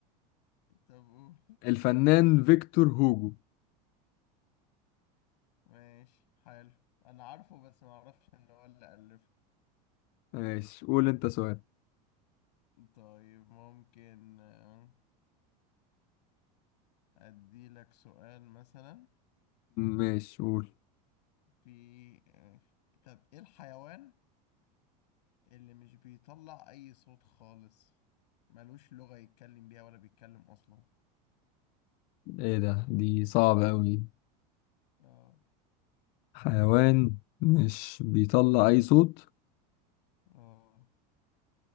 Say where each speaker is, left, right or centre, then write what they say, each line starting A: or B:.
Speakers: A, on the left (about 80°); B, on the left (about 45°).
A: طب قول
B: الفنان فيكتور هوجو
A: ماشي حلو انا عارفه بس ما اعرفش ان هو اللي الفه
B: ماشي قول انت سؤال
A: طيب ممكن آه، أديلك سؤال مثلا
B: ماشي قول
A: في آه، طب إيه الحيوان اللي مش بيطلع أي صوت خالص ملوش لغة يتكلم بيها ولا بيتكلم أصلا
B: ايه ده دي صعبة أوي
A: اه
B: حيوان مش بيطلع أي صوت
A: اه